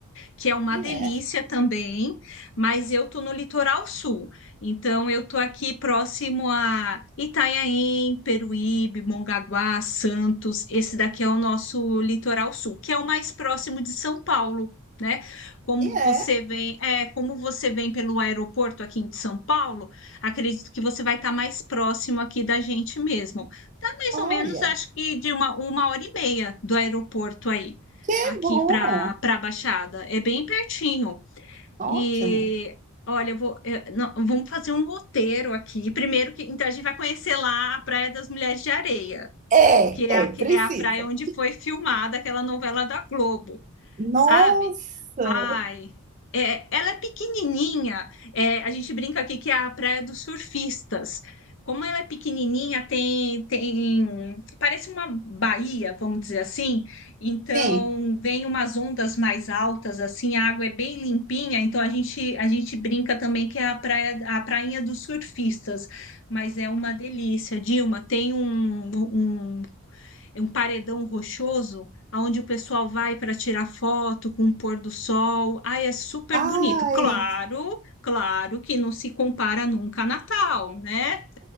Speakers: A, on the left; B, on the right.
A: que é uma
B: E
A: delícia
B: é,
A: também, mas eu tô no litoral sul. Então eu tô aqui próximo a Itanhaém, Peruíbe, Mongaguá, Santos. Esse daqui é o nosso litoral sul, que é o mais próximo de São Paulo. Né? Como
B: e é.
A: você vem, é, como você vem pelo aeroporto aqui de São Paulo, acredito que você vai estar mais próximo aqui da gente mesmo. Dá mais
B: Olha,
A: ou menos, acho que de uma, uma hora e meia do aeroporto aí
B: que
A: aqui
B: bom.
A: para para Baixada. É bem pertinho.
B: Ótimo.
A: E olha, eu vou, eu- não, vamos fazer um roteiro aqui. Primeiro que então a gente vai conhecer lá a Praia das Mulheres de Areia,
B: É,
A: que é a, que
B: é, precisa.
A: é a praia onde foi filmada aquela novela da Globo
B: Nossa,
A: sabe? Ai, é, ela é pequenininha. é, a gente brinca aqui que é a Praia dos Surfistas. Como ela é pequenininha, tem, tem, parece uma baía, vamos dizer assim. Então,
B: sim.
A: vem umas ondas mais altas, assim, a água é bem limpinha. Então, a gente, a gente brinca também que é a praia, a prainha dos surfistas. Mas é uma delícia, Dilma. Tem um, um é um paredão rochoso, aonde o pessoal vai para tirar foto com o pôr do sol. Ai, é super
B: Ai,
A: bonito. Claro, claro que não se compara nunca a Natal, né?